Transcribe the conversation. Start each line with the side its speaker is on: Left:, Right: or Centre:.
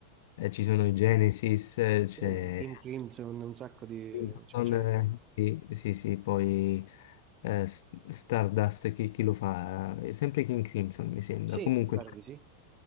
Left: Eh, ci sono i Genesis, eh,
Right: Sì,
Left: c'è
Right: Kim Crimson, un sacco di...
Left: Hilton,
Right: cioè ce
Left: eh,
Right: n'è tanto.
Left: sì, sì, sì, poi eh, S- Stardust, chi, chi lo fa? Eh, sempre King Crimson, mi sembra.
Right: Sì,
Left: Comunque,
Right: mi pare di sì.